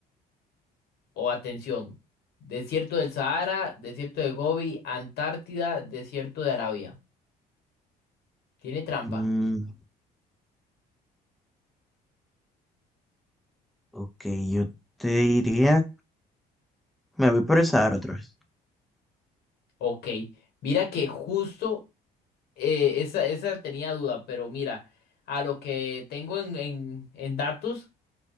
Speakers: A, on the left; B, in the centre.
A: O atención, desierto del Sahara, desierto de Gobi, Antártida, desierto de Arabia. ¿Tiene trampa?
B: Mm, ok, yo te diría, me voy por el Sahara otra vez.
A: Ok. Mira que justo eh, esa, esa tenía duda, pero mira, a lo que tengo en, en, en datos,